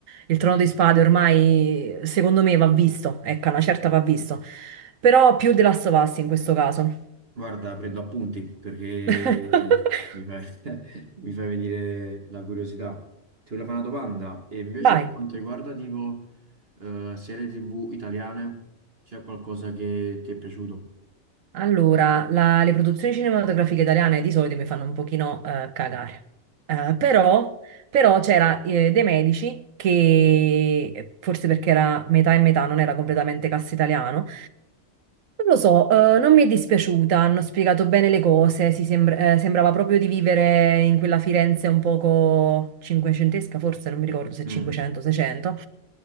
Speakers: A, on the right; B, on the right.
A: Il Trono di Spade ormai, secondo me, va visto. Ecco, una certa va visto. Però più The Last of Us in questo caso.
B: Guarda, prendo appunti perché
A: <laughs>
B: mi fai, <laughs> mi fai venire la curiosità. Ti volevo fare una domanda. E invece
A: Vai.
B: per quanto riguarda tipo eh, serie TV italiane, c'è qualcosa che ti è piaciuto?
A: Allora, la- le produzioni cinematografiche italiane di solito mi fanno un pochino eh, cagare. Eh, però, però c'era eh, De Medici, che forse perché era metà e metà, non era completamente cast italiano, Non lo so, eh, non mi è dispiaciuta, hanno spiegato bene le cose, si sembra- eh, sembrava proprio di vivere in quella Firenze un poco cinquecentesca, forse non mi ricordo se
B: Mm,
A: 500 600,